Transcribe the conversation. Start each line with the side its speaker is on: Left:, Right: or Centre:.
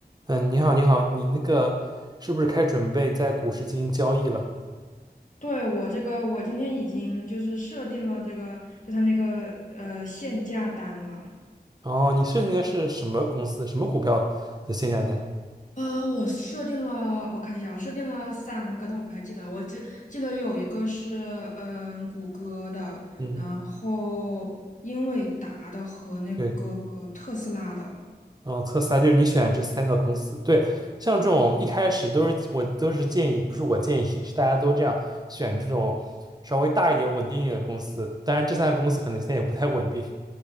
Right: 嗯，你好，你好，你那个是不是开始准备在股市进行交易了？
Left: 对，我这个，我今天已经就是设定了这个，就它那个呃限价单了。
Right: 然后你设定的是什么公司、什么股票的限价单？
Left: 呃，我设定了，我看一下，我设定了三个，但我不太记得了我记记得有一个是嗯谷歌的，
Right: 嗯，
Left: 然后英伟达的和那个特斯拉的。
Right: 对，嗯，测试啊，就是你选这三个公司。对，像这种一开始都是我都是建议，不是我建议，是大家都这样选这种稍微大一点、稳定一点的公司。当然，这三个公司可能现在也不太稳定，